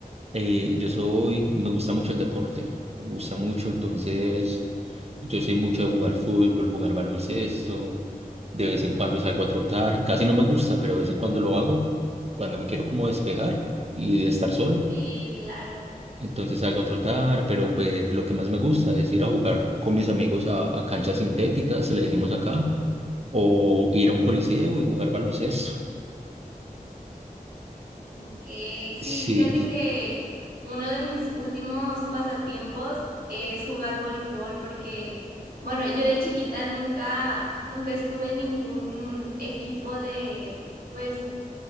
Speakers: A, on the right (about 45°); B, on the right (about 80°).
A: eh, yo soy, me gusta mucho el deporte, me gusta mucho, entonces yo soy mucho de jugar fútbol, jugar baloncesto, de vez en cuando salgo a trotar, casi no me gusta, pero de vez en cuando lo hago, cuando me quiero como despejar y estar solo,
B: Sí, claro.
A: Entonces salgo a trotar, pero pues lo que más me gusta es ir a jugar con mis amigos a, a canchas sintéticas, se le decimos acá, o ir a un coliseo y jugar baloncesto.
B: Ok. Sí,
A: Sí,
B: fíjate que uno de mis últimos pasatiempos es jugar voleibol porque, bueno, yo de chiquita nunca, nunca estuve en ningún equipo de, pues,